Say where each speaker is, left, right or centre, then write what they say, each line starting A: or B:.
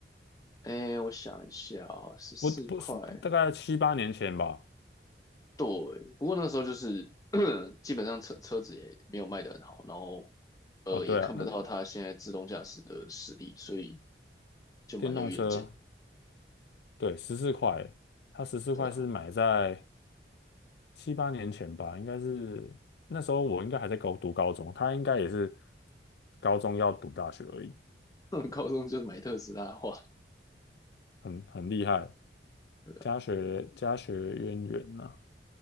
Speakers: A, on the left; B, on the left.
A: 哎，我想一下啊，十四块，
B: 不不是大概七八年前吧。
A: 对。不过那时候就是 <clears throat> 基本上车车子也没有卖得很好，然后呃也看不到它现在自动驾驶的实力，
B: 哦，对啊，那
A: 所以就蛮有远见
B: 电动车对十四块欸他它十四块是买在
A: 的对啊，
B: 七八年前吧，应该是那时候我应该还在高读高中，他应该也是高中要读大学而已，
A: <laughs> 高中就是买特斯拉的话，
B: 很很厉害，
A: 对啊，
B: 家学家学渊源呐、